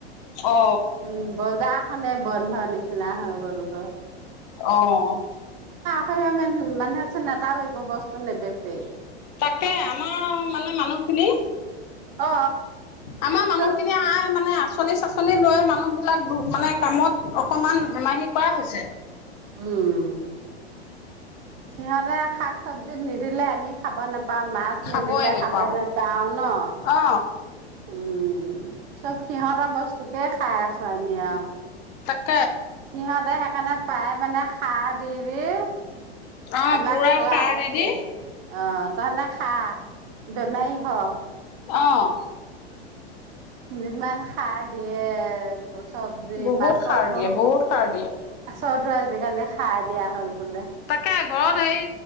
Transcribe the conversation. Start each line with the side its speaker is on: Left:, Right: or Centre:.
Left: অ
Right: উম, বজা মানে বন্ধ নিচিনা হৈ গ'ল গ।
Left: অ'।
Right: <unintelligible> <unintelligible> বস্তু নেবেচেই।
Left: তাকে আমাৰ মানে মানুহখিনি
Right: অ
Left: আমাৰ মানুহখিনিয়ে
Right: চব
Left: আই মানে আঁচনি চাচনি লৈ মানুহ বিলাক মানে কামত অকমান হেমাহি কৰা হৈছে।
Right: উম। সিহঁতে শাক-চব্জিত নিদিলে আমি খাব নাপ তা, মাছ
Left: খাবই
Right: নিদিলে
Left: নোপাও
Right: খাব নেপাঁও ন'।
Left: অ
Right: উম, চব সিহঁতৰ বস্তুকে খাই আছো আমি আৰু।
Left: <inaudible>
Right: সিহঁতে সেইকাৰণে পায় মানে সাৰ দি দি
Left: অ',
Right: আমাক
Left: পুৰা
Right: খোৱাই
Left: সাৰ
Right: আছে
Left: দিদি
Right: অ', তহঁতে খা বেমাৰী হ'।
Left: অ'।
Right: যিমান সাৰ দিয়ে বচ চব্জি
Left: বহুত
Right: মাছতো
Left: সাৰ দিয়ে বহুত সাৰ দিয়ে।
Right: <unintelligible> আজিকালি সাৰ দিয়া হ'ল বোলে
Left: তাকে ঘৰত হেই